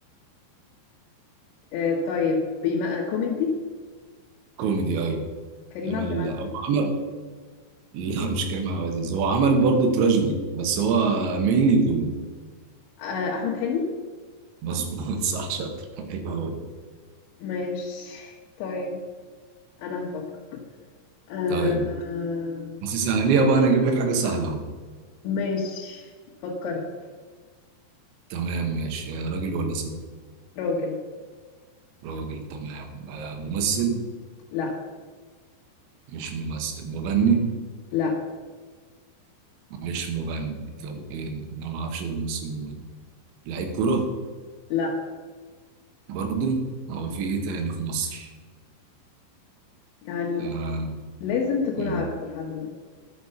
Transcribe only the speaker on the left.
آه طيب بما كوميدي
كريم
عبد العزيز
آه احمد حلمي
ماشي طيب انا هفكر آه
ماشي فكرت
راجل
لا
لا
لا
يعني
لازم تكون
عارفه الحد ده